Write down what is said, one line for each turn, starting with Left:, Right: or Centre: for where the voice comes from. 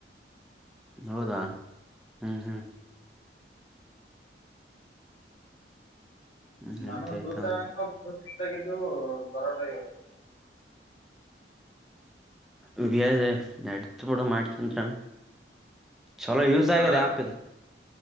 Centre: ಹೌದಾ ಹ್ಮ್ ಹ್ಮ್ ಹ್ಮ್
Left: ನನ
Centre: ಆಯ್ತ ಆಯ್ತ
Left: ಭೂತಾಗಿದ್ದು ಬರಲ
Centre: ಇದ ನಡತಪೂಡ ಮಾಡಟ ಚಂತರ ಚಲೋ ಯೂಸ್
Left: ಹಾ
Centre: ಆಗ್ಯಿದೆ ಆ್ಯಪ್ ಇದು